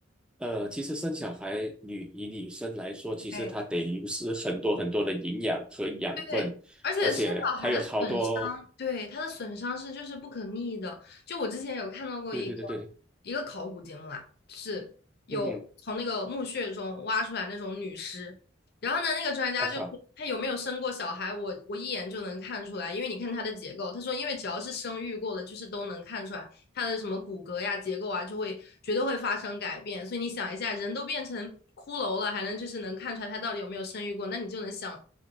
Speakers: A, in the centre; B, on the left (about 55°).
A: 呃，其实生小孩女以女生来说，其实她得流失很多很多的营养和养分，
B: 对。对，而且生小孩的损伤，
A: 而且还有好多，
B: 对，它的损伤是就是不可逆的。就我之前有看到过一个
A: 对对对对对，
B: 一个考古节目啦，是有从那个墓穴中挖出来那种女尸，
A: 嗯哼，
B: 然后呢，那个专家就说她有没有生过小孩，
A: 啊哈。
B: 我我一眼就能看出来，因为你看她的结构，他说因为只要是生育过的，就是都能看出来。它的什么骨骼呀、结构啊，就会绝对会发生改变。所以你想一下，人都变成骷髅了，还能就是能看出来他到底有没有生育过，那你就能想